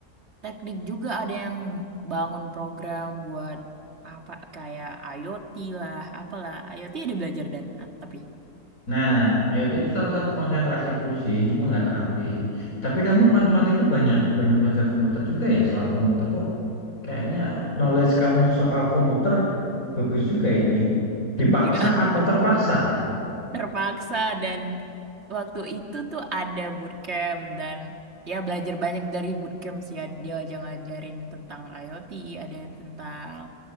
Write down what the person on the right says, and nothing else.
teknik juga ada yang bangun program buat apa kayak IoT lah, apalah IoT ada belajar dan at- tapi
enggak
<laughs> terpaksa dan waktu itu tuh ada bootcamp dan ya belajar banyak dari bootcamp sih ya dia aja ngajarin tentang IoT, ada tentang